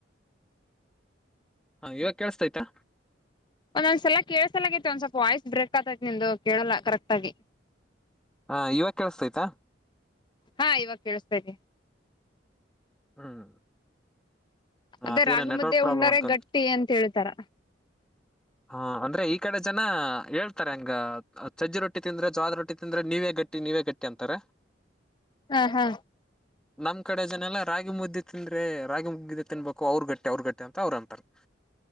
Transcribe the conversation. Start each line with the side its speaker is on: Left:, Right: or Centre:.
Centre: ಹಾ ಇವಾಗ ಕೇಳಸ್ತಯ್ತಾ
Left: ಒಂದೊಂದ್ಸಲ ಕೇಳಸಲಗೈತೆ ಒಂದ್ ಸ್ವಲ್ಪ ವಾಯ್ಸ್ ಬ್ರೇಕ್ ಆತೈತಿ ನಿಂದು ಕೇಳಲ್ಲ ಕರೆಕ್ಟ್ ಆಗಿ
Centre: ಹಾ ಇವಾಗ ಕೇಳಿಸತಯ್ತಾ
Left: ಹಾ ಇವಾಗ ಕೇಳಸ್ತಾರಿ
Centre: ಹ್ಮ್
Left: ಅದೇ
Centre: ಅದೇನ
Left: ರಾಗಮ್ದೆ
Centre: ನೆಟ್ವರ್ಕ್ ಪ್ರಾಬ್ಲಮ್
Left: ಉಂಡರ
Centre: ಅನ್ಕೊಂತ
Left: ಗಟ್ಟಿ ಅಂತ ಹೇಳ್ತಾರ
Centre: ಹಾ ಅಂದ್ರೆ ಈ ಕಡೆ ಜನ ಹೇಳ್ತಾರೆ ಹಂಗ ಸಜ್ಜಿ ರೊಟ್ಟಿ ತಿಂದ್ರೆ ಜ್ವಾದ ರೊಟ್ಟಿ ತಿಂದ್ರೆ ನೀವೇಗ ಗಟ್ಟಿ ನೀವೇ ಗಟ್ಟಿ ಅಂತಾರ
Left: ಹಾ ಹಾ
Centre: ನಮ್ ಕಡೆ ಜನ ಎಲ್ಲ ರಾಗಿ ಮುದ್ದು ತಿಂದ್ರೆ ರಾಗಿ ಮುದಗಿದ್ದು ತಿನ್ಬೇಕು ಅವ್ರ ಗಟ್ಟೆ ಅವ್ರ ಗಟ್ಟೆ ಅಂತ ಅವ್ರ ಅಂತಾರೆ <inaudible>